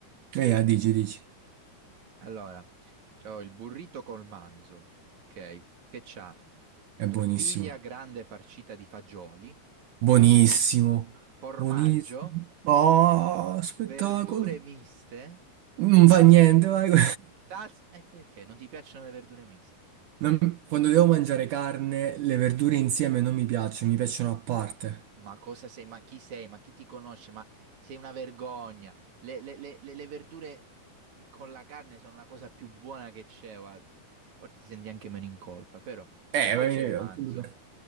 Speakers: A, on the right; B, on the right.
A: E eh, ah, dici, dici.
B: Allora, c'ho il burrito col manzo, ok? Che c'ha?
A: È
B: Tortiglia
A: buonissimo.
B: grande farcita di fagioli,
A: Buonissimo,
B: formaggio,
A: buonissimo. Oh, spettacolo.
B: verdure miste.
A: Non fa niente, vai. <laughs>
B: tas- Eh, perché non ti piacciono le verdure miste?
A: Non- quando devo mangiare carne, le verdure insieme non mi piacciono, mi piacciono a parte.
B: Ma cosa sei? Ma chi sei? Ma chi ti conosce? Ma sei una vergogna. Le, le- le- le- le verdure con la carne sono la cosa più buona che c'è, guarda. Forse ti senti anche meno in colpa, però.
A: Eh,
B: E poi
A: ma-
B: c'è il manzo.
A: appunto per-